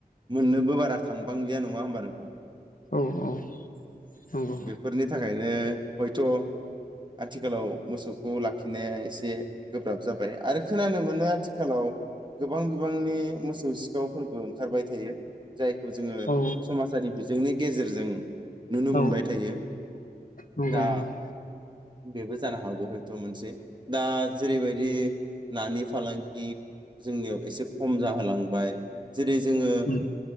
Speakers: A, on the right; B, on the left.
A: मोननोबो बारा थांबांलिया नङा होमबा नोंथां?
B: उम औ नंगौ
A: बेफोरनि थाखायनो हयथ' आथिखालाव मोसौखौ लाखिनाया एसे गोब्राब जाब बाय आरो खोनानो मोनो आथिखालाव गोबां बिबांनि मोसौ सिखावफोरबो ओंखारबाय थायो जायखौ जोङो
B: औ
A: समाजारि बिज जोंनि गेजेरजों नुनो
B: औ
A: मोनबाय थायो,
B: नंगौ
A: दा
B: नंगौ
A: बेबो जानो हागौ हयथ' मोनसे दा जेरैबायदि नानि फालांगि जोंनियाव एसे खम जाहालांबाय जेरै जोङो
B: उम